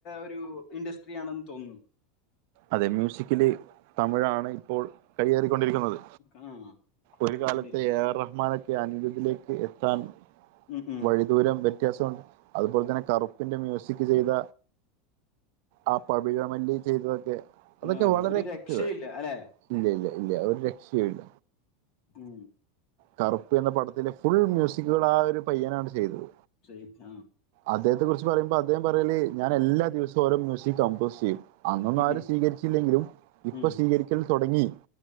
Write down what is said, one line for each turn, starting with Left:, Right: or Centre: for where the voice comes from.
Left: ഒരു ഇൻഡസ്ട്രി ആണെന്ന് തോന്നുന്നു
Right: അതെ മ്യൂസിക്കില് തമിഴാണ് ഇപ്പോൾ കൈയേറിക്കൊണ്ടിരിക്കുന്നത്.
Left: ആ
Right: ഒരു
Left: കയറിക്കൊണ്ടിരിക്കുന്നു
Right: കാലത്തെ എ ആർ റഹ് മാനൊക്കെ <unintelligible> എത്താൻ
Left: ഉം, ഉം.
Right: വഴിദൂരം വ്യത്യാസമുണ്ട്, അതുപോലെ തന്നെ കറുപ്പിന്റെ മ്യൂസിക് ചെയ്ത ആ പവിഴ മല്ലി ചെയ്തതൊക്കെ അതൊക്കെ
Left: ആ,
Right: വളരെ
Left: ഒരു
Right: കൃത്യത
Left: രക്ഷയില്ല അല്ലേ
Right: ഇല്ല ഇല്ല ഇല്ല ഒരു രക്ഷയു ല്ല
Left: മ്
Right: കറുപ്പ് എന്ന പടത്തിലെ ഫുൾ മ്യൂസിക്കുകൾ ആ ഒരു പയ്യനാണ് ചെയ്തത്
Left: ചെയ്ത
Right: അദ്ദേഹത്തെ കുറിച്ച് പറയുമ്പോ അദ്ദേഹം പറയല് ഞാൻ എല്ലാ ദിവസവും ഓരോ മ്യൂസിക് കമ്പോസ് ചെയ്യും. അന്നൊന്നാരും
Left: ഉം, ഉം,
Right: സ്വീകരിച്ചില്ലെങ്കിലും ഇപ്പ
Left: ഉം,
Right: സ്വീകരിക്കൽ തൊടങ്ങി.